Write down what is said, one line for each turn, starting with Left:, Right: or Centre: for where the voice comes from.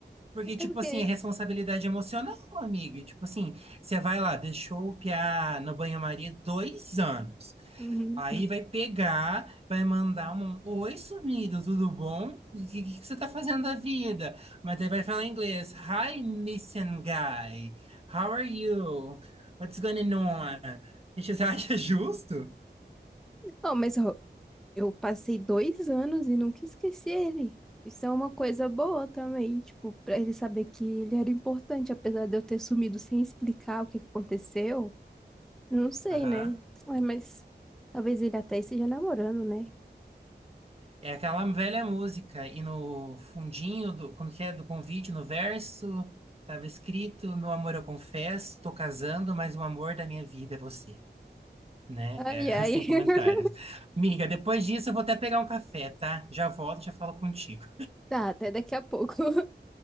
Right: Porque,
Centre: é
Right: tipo
Centre: porque.
Right: assim, é responsabilidade emocional, amiga. Tipo assim, você vai lá, deixou o piá no banho-maria dois anos.
Centre: Uhum.
Right: Aí vai pegar, vai mandar um Oi, sumido, tudo bom? O que, que você tá fazendo da vida? Mas aí vai falar em inglês. Hi, missing guy. How are you? What's going on? E você <laughs> acha justo?
Centre: Ó, mas ó, Eu passei dois anos e nunca esqueci ele. Isso é uma coisa boa também, tipo, pra ele saber que ele era importante, apesar de eu ter sumido sem explicar o que que aconteceu. Eu não sei,
Right: Aham.
Centre: né? Ai, mas talvez ele até esteja namorando, né?
Right: É aquela velha música. E no fundinho do, como que é, do convite, no verso, tava escrito: Meu amor, eu confesso, tô casando, mas o amor da minha vida é você. né?
Centre: Ai,
Right: É,
Centre: ai.
Right: <laughs> sem
Centre: <laughs>
Right: comentários. Miga, depois disso eu vou até pegar um café, tá? Já volto, já falo contigo.
Centre: Tá, até daqui a pouco. <laughs>